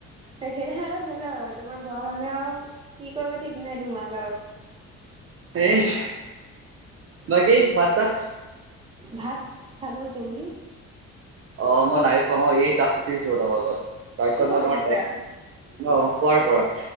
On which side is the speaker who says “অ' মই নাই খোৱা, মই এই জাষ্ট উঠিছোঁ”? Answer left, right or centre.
Right